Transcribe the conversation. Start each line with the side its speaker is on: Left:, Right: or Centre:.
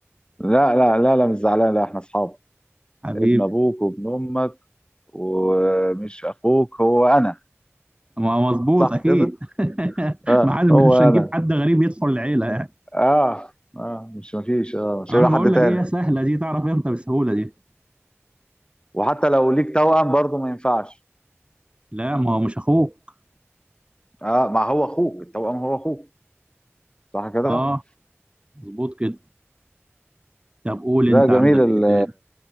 Left: لا لا لا لا مش زعلان لا احنا اصحاب
Right: حبيبي
Left: ابن ابوك وابن امك ومش اخوك هو انا
Right: ما هو مظبوط
Left: صح
Right: اكيد
Left: كده
Right: <laughs>
Left: اه
Right: ما حد مش
Left: هو
Right: هنجيب
Left: انا
Right: حد غريب يدخل العيله يعني
Left: اه اه مش مفيش اه مش
Right: أو
Left: هيبقى
Right: انا بقول
Left: حد تاني
Right: لك ايه سهله دي تعرف امتى بسهوله دي
Left: وحتى لو ليك توأم برضه ما ينفعش
Right: لا ما هو مش اخوك
Left: اه ما هو اخوك التوأم هو اخوك صح كده
Right: اه مظبوط كده طب قول انت
Left: ده
Right: عندك
Left: جميل
Right: ايه
Left: ال-
Right: تاني